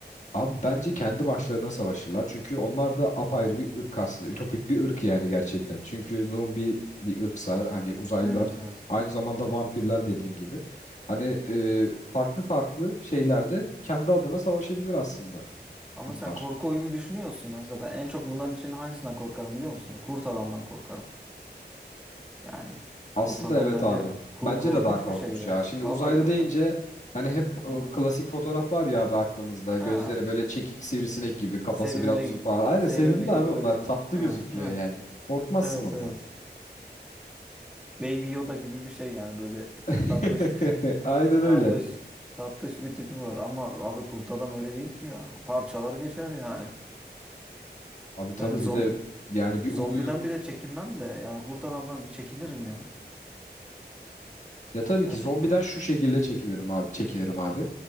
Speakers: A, on the left (about 45°); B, in the centre.
A: Abi bence kendi başlarına savaşırlar. Çünkü onlar da apayrı bir ırk aslında. Ütopik bir ırk yani gerçekten. Çünkü zombi bir ırksa hani uzaylılar
B: Evet evet.
A: aynı zamanda vampirler dediğin gibi. Hani e, farklı farklı şeylerde kendi adına savaşabilir aslında
B: Ama
A: bunlar.
B: sen korku oyunu düşünüyorsun ya. Mesela ben en çok bunların için hangisinden korkarım biliyor musun? Kurt adamdan korkarım. Yani
A: Aslında
B: kurt adam
A: evet
B: bence
A: abi.
B: kur,
A: Bence
B: korkunç
A: de daha korkunç
B: bir şey ya.
A: ya. Şimdi
B: Vallahi
A: uzaylı
B: mesela
A: deyince hani hep
B: ha,
A: o klasik fotoğraf var ya abi aklımızda. Gözleri
B: ha,
A: böyle çekik sivrisinek gibi kafası
B: sevimli
A: biraz uzun falan. Aynen
B: sevimli
A: sevimli
B: gibi
A: abi onlar
B: böyle bir
A: tatlı
B: tip. Ha,
A: gözüküyor
B: ha.
A: yani. Korkmazsın
B: Evet
A: ondan.
B: evet. Baby Yoda gibi bir şey yani böyle
A: <laughs>
B: <laughs> tatlış bir
A: Aynen
B: tatlış
A: öyle.
B: tatlış bir tipi var ama abi kurt adam öyle değil ki ya. Parçalar geçer yani.
A: Abi tabii
B: Yani zom,
A: bir de yani bir
B: zombiden
A: oluyor.
B: bile çekinmem de yani kurt adamdan bir çekinirim ya.
A: Ya tabii
B: Gerçekten.
A: ki zombiden şu şekilde çekilirim abi, çekinirim abi.